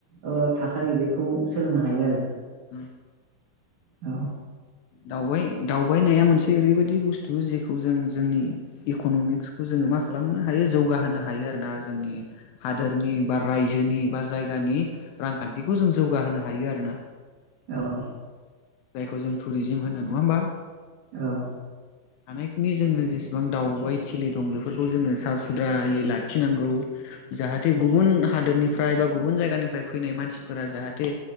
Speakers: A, on the right (about 60°); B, on the left (about 80°).
A: ओ थासारि बेखौ सोलोंनो हायो आरो
B: ह
A: औ
B: दावबाय-दावबायनाया मोनसे ओरैबायाददि बुस्थु जेखौ जों जोंनि इक'नमिक्सखौ जोङो मा खालामनो हायो। जौगाहोनो हायो आरोना जोंनि हादोरनि बा रायजोनि बा जायगानि रांखान्थिखौ जों जौगाहोनो हायो आरोना
A: औ-औ
B: जायखौ जों टुरिजोम होनो नङा होमबा
A: औ
B: हानायखिनि जोङो जेसेबां दावबाय थिलि दं बेफोरखौ जोङो सा सुद्रायै लाखिनांगौ जाहाथे गुबुन हादोरनिफ्राय बा गुबुन जायगानिफ्राय फैनाय मानसिफोरा जाहाथे